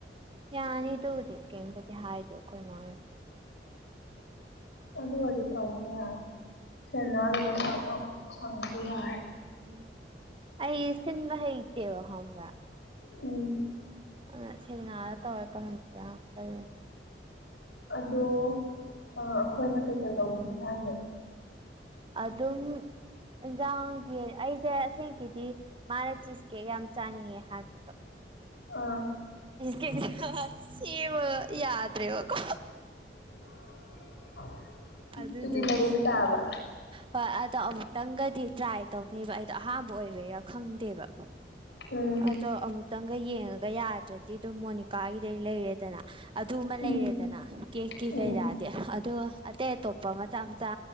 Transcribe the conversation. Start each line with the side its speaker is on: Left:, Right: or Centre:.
Right: ꯌꯥꯅꯤ ꯗꯨꯕꯨꯗꯤ ꯀꯔꯤꯝꯇꯗꯤ ꯍꯥꯏꯗꯦ ꯈꯣꯏ ꯃꯥꯅ
Left: ꯑꯗꯨ ꯑꯣꯏꯔꯗꯤ ꯇꯧꯕꯁꯨ ꯌꯥꯔꯦ ꯁꯦꯅꯥꯗꯨꯗ ꯁꯪ ꯑꯥ ꯁꯪꯉꯥꯗꯤ ꯌꯥꯔꯦ
Right: ꯎꯝ ꯑꯩ ꯁꯤꯟꯕ ꯍꯩꯇꯦꯕ ꯈꯝꯕ꯭ꯔꯥ
Left: ꯎꯝ
Right: ꯍꯣꯏ ꯁꯦꯡꯅ ꯍꯥꯏꯔꯀꯥꯟꯗ <unintelligible>
Left: ꯑꯗꯣ ꯑꯥ ꯑꯈꯣꯏꯅ ꯀꯩꯀꯩ ꯇꯧꯕꯤꯁꯦ ꯍꯥꯏꯅꯣ
Right: ꯑꯗꯨꯝ ꯏꯟꯖꯥꯡꯖꯦ ꯑꯩꯖꯦ ꯑꯁꯦꯡꯀꯤꯗꯤ ꯃꯥꯅ ꯆꯤꯁꯀꯦ ꯌꯥꯝ ꯆꯥꯅꯤꯡꯉꯦ ꯍꯥꯏꯕꯅꯦꯕ
Left: ꯑꯣ
Right: ꯆꯤꯁ ꯀꯦ ꯁꯦꯝꯕꯒ ꯌꯥꯗ꯭ꯔꯦꯕꯀꯣ
Left: <unintelligible>
Right: ꯑꯗꯨꯗꯨꯒꯤ
Left: ꯑꯗꯨꯗꯤ ꯂꯩꯕ ꯇꯥꯕ
Right: ꯍꯣꯏ ꯑꯗꯣ ꯑꯃꯨꯛꯇꯪꯒꯗꯤ ꯇ꯭ꯔꯥꯏ ꯇꯧꯅꯤꯕ ꯑꯩꯗꯣ ꯑꯍꯥꯟꯕ ꯑꯣꯏꯕꯩꯔꯥ ꯈꯪꯗꯦꯕ
Left: ꯎꯝ
Right: ꯑꯗꯣ ꯑꯃꯨꯛꯇꯪꯒ ꯌꯦꯡꯉꯒ ꯌꯥꯗ꯭ꯔꯗꯤ ꯗꯨꯝ ꯃꯣꯅꯤꯀꯥꯒꯤꯗꯩ ꯂꯩꯔꯦꯗꯅ ꯑꯗꯨꯃ
Left: ꯎꯝ
Right: ꯂꯩꯔꯦꯗꯅ ꯀꯦꯛꯀꯤ
Left: ꯎꯝ
Right: ꯀꯩꯔꯥꯗꯤ ꯑꯗꯨꯒ ꯑꯇꯩ ꯑꯇꯣꯞꯄ ꯃꯆꯥ ꯃꯆꯥ